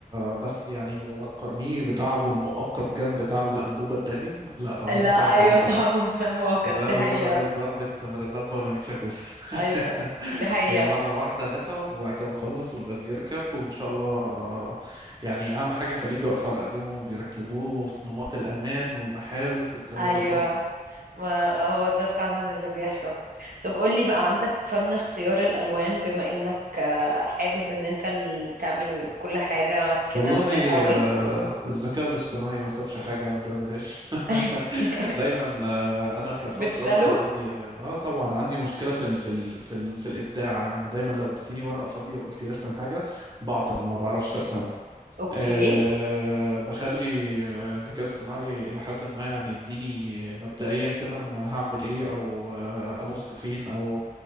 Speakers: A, on the right; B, on the right.
A: بس يعني لو هتقارنيه بتعبه المؤقت جنب تعب الأنبوبة الدائم لا اه
B: لا
A: تعب
B: ايوه
A: مؤقت
B: تعب
A: أحسن
B: <laughs> مؤقت
A: زي
B: دي
A: ما
B: حقيقة
A: بيقولوا أي ضربة مرزبة ولا ميت شاكوش
B: ايوه
A: <laughs>
B: دي حقيقة
A: هي مرة واحدة نتعب وبعد كده نخلص والغاز يركب وإن شاء الله آه، يعني أهم حاجة خليكي واقفة على إيديهم وبيركبوه وصمامات الأمان والمحابس والكلام
B: ايوه
A: ده كله
B: ما هو ده فعلا اللي بيحصل طب قولي بقى عندك
A: مم.
B: فن اختيار الالوان بما انك آه، حابب ان انت اللي تعمل كل حاجة كده
A: والله
B: من الاول
A: آه، الذكاء الاصطناعي ما سابش حاجة ما بيعملهاش
B: <laughs>
A: <laughs> دايما آه، أنا كشخص
B: بتسأله
A: أصلا عندي آه آه، طبعا عندي مشكلة في ال في ال في, ال في الإبداع يعني دايما لو اديتيني ورقة فاضية وقلت لي ارسم حاجة بعطل ما بعرفش أرسمها
B: اوكي
A: أه بخلي آه، الذكاء الاصطناعي إلى حد ما يعني يديني مبدئيا كده أنا ما هعمل إيه أو آه، أبص فين أو